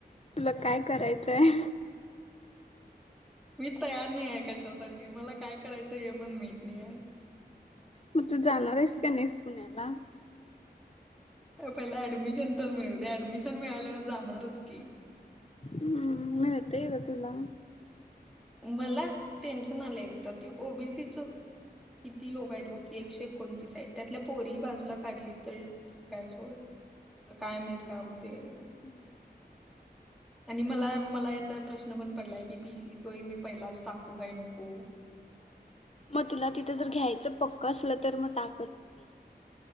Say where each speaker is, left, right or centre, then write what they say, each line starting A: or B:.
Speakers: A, on the left; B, in the centre.
A: तुला काय करायचंय?
B: मी तयार नाही आहे कशासाठी मला काय करायचं हे पण माहित नाही आहे.
A: म तू जाणार आहेस का नाहीस पुण्याला.
B: पहिला ऍडमिशन तर मिळू ऍडमिशन मिळाल्यावर जाणारच की.
A: हम्म मिळतय गं तुला.
B: मला टेन्शन आलं एकतर ते ओ बी सी चा किती लोकं आहेत बघ की एकशे एकोणतीस साईड त्यातल्या पोरी बाजूला काढली तर ठीक आहे सोड काय माहीत काय होते.
A: हम्म.
B: आणि मला मला या तय प्रश्न पण पडलाय की पी सीस तो ही मी पहिलाच टाकू काय नको.
A: मग तुला तिथं जर घ्यायचं पक्क असलं तर म टाकच की.